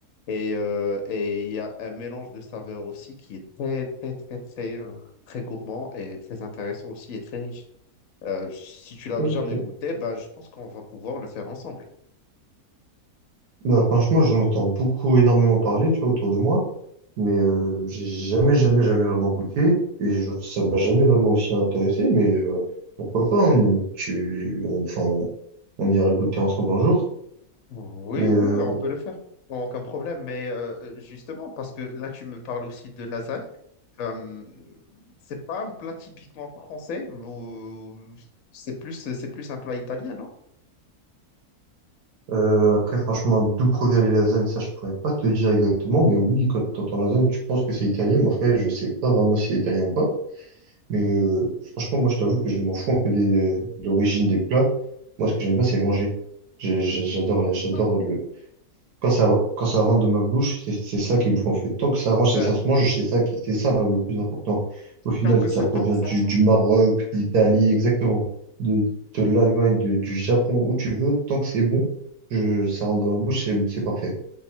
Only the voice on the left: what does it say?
Et euh, et il y a un mélange de saveurs aussi qui est très, très, très, très, euh, très gourmand et très intéressant aussi et très riche. Euh, si tu l'as
jamais goûté, ben, je pense qu'on va pouvoir le faire ensemble.
Oui,
oui, oui, on peut le faire, Bon, aucun problème. Mais euh, justement, parce que là, tu me parles aussi de lasagne. Euh, c'est pas un plat typiquement français, mais euh, c'est plus, c'est plus un plat italien, non?
<laughs>
Euh,
tant que
c'est
bon, on s'en
fout.